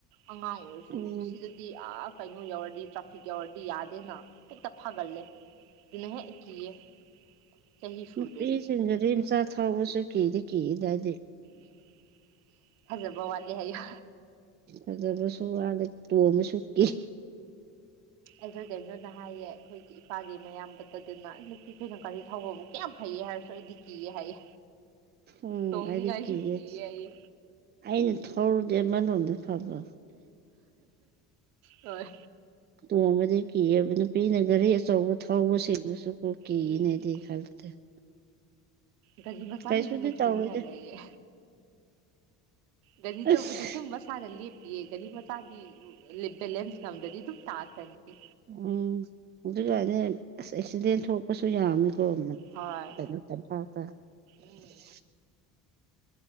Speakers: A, on the right; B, on the right.
A: ꯑꯉꯥꯡ ꯑꯣꯏꯔꯁꯨ
B: ꯎꯝ
A: ꯁꯤꯗꯗꯤ ꯑꯥ ꯀꯩꯅꯣ ꯌꯧꯔꯗꯤ ꯇ꯭ꯔꯥꯐꯤꯛ ꯌꯧꯔꯗꯤ ꯌꯥꯗꯦꯅ ꯍꯦꯛꯇ ꯐꯥꯒꯜꯂꯦ ꯢꯂꯤꯡꯍꯦꯛ ꯀꯤꯌꯦ ꯆꯍꯤ ꯁꯨꯗ꯭ꯔꯗꯤ
B: ꯅꯨꯄꯤꯁꯤꯡꯒꯗꯤ ꯒꯔꯤ ꯃꯆꯥ ꯊꯥꯎꯕꯁꯨ ꯀꯤꯗꯤ ꯀꯤꯌꯦꯗ ꯑꯩꯗꯤ
A: ꯎꯝ ꯐꯖꯕ ꯋꯥꯠꯂꯦ ꯍꯥꯢꯌꯣ
B: ꯐꯖꯕꯁꯨ ꯋꯥꯠꯂꯦ ꯇꯣꯡꯕꯁꯨ ꯀꯤ
A: ꯑꯩꯗꯨ ꯀꯩꯅꯣꯗ ꯍꯥꯏꯌꯦ ꯑꯩꯈꯣꯏꯒꯤ ꯏꯄꯥꯒꯤ ꯃꯌꯥꯝꯕꯗꯣ ꯑꯗꯨꯅ ꯅꯨꯄꯤ ꯈꯣꯏꯅ ꯒꯥꯔꯤ ꯊꯧꯕ ꯃꯨꯛ ꯀꯌꯥꯝ ꯍꯩꯌꯦ ꯍꯥꯏꯔꯁꯨ ꯑꯩꯗꯤ ꯀꯤꯌꯦ ꯍꯥꯏꯌꯦ
B: ꯎꯝ
A: ꯇꯣꯡꯅꯤꯡꯉꯥꯏꯁꯨ
B: ꯑꯩꯗꯤ ꯀꯤꯌꯦ
A: ꯍꯥꯏꯌꯦ
B: ꯑꯩꯅ ꯊꯧꯔꯗꯤ ꯑꯃꯥ ꯅꫭꯝꯗ ꯐꯕ
A: ꯍꯣꯏ
B: ꯇꯣꯡꯕꯗꯤ ꯀꯤꯑ‌ꯦꯕ ꯅꯨꯄꯤꯅ ꯒꯔꯤ ꯑꯆꯧꯕ ꯊꯧꯕꯁꯤꯡꯗꯨꯁꯨ ꯀꯤꯌꯦꯅꯦ
A: ꯎꯝ
B: ꯑꯩꯗꯤ ꯈꯔꯒꯛꯇꯤ <unintelligible>
A: ꯒꯔꯤ ꯃꯆꯥꯅ
B: ꯀꯩꯁꯨꯗꯤ
A: ꯍꯦꯟꯅ
B: ꯇꯧꯔꯣꯏꯗ
A: ꯀꯤꯅꯤꯡꯉꯥꯢ ꯂꯩꯌꯦ ꯒꯥꯔꯤ
B: ꯑꯁ
A: ꯆꯧꯕꯗꯤ ꯑꯗꯨꯝ ꯃꯁꯥꯅ ꯂꯦꯟ ꯌꯦ ꯒꯔꯤ ꯃꯆꯥꯗꯤ ꯕꯦꯂꯦꯟꯁ ꯉꯝꯗ꯭ꯔꯗꯤ ꯑꯗꯨꯝ ꯇꯥꯈꯔꯅꯤ
B: ꯎꯝ ꯑꯗꯨꯒꯅꯦ ꯑꯁ ꯑꯦꯛꯁꯤꯗꯦꯟ ꯊꯣꯛꯄꯁꯨ ꯌꯥꯝꯃꯦ <unintelligible>
A: ꯍꯣꯏ ꯎꯝ